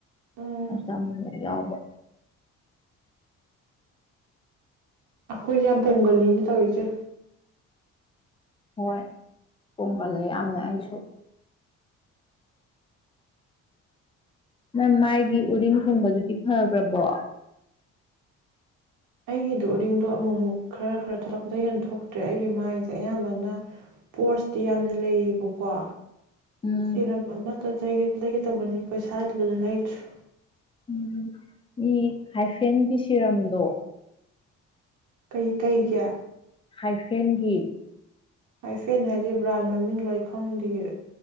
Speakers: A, on the right; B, on the left.
A: ꯎꯝ
B: ꯑꯁ ꯑꯃꯨ ꯃꯨꯛ ꯌꯥꯎꯕ
A: ꯑꯈꯣꯏꯖ‌ꯦ ꯌꯥꯝ ꯄꯣꯡꯒꯜꯅꯤꯅꯤ ꯇꯧꯏ ꯆꯦ
B: ꯍꯣꯏ ꯄ‌ꯣꯝꯒꯜꯂꯤ ꯌꯥꯝꯅ ꯑꯩꯁꯨ ꯅꯪ ꯃꯥꯏꯒꯤ ꯎꯔꯤꯡ ꯊꯨꯡꯕꯗꯨꯗꯤ ꯐꯈ꯭ꯔꯕꯣ
A: ꯑꯩꯒꯤꯗꯣ ꯎꯔꯤꯡꯗꯣ ꯑꯃꯨꯛ ꯑꯃꯨꯛ ꯈꯔ ꯈꯔ ꯊꯣꯛꯂꯛꯄꯗꯒꯤ ꯍꯦꯟꯅ ꯊꯣꯛꯇ꯭ꯔꯦ ꯑꯩꯒꯤ ꯃꯥꯏꯟꯁꯦ ꯑꯌꯥꯝꯕꯅ ꯄꯣ꯭ꯔꯁꯇꯤ ꯌꯥꯝꯅ ꯂꯩꯌꯦꯕꯀꯣ
B: ꯎꯝ
A: ꯁꯤꯔꯝ ꯑꯃꯠꯇꯒꯦ ꯂꯩꯒꯦ ꯇꯧꯕꯅꯤ ꯄꯩꯁꯥ ꯑꯗꯨꯅ ꯂꯩꯇ꯭ꯔꯦ
B: ꯎꯝ ꯃꯤ ꯍꯥꯏꯐꯦꯟꯒꯤ ꯁꯤꯔꯝꯗꯣ
A: ꯀꯩ ꯀꯩꯒꯤ
B: ꯍꯥꯏꯐꯦꯟꯒꯤ
A: ꯑꯥꯏꯐꯦꯟ ꯍꯥꯏꯁꯦ ꯕ꯭ꯔꯥꯟ ꯃꯃꯤꯡ ꯂꯣ ꯈꯪꯗꯤꯌꯦ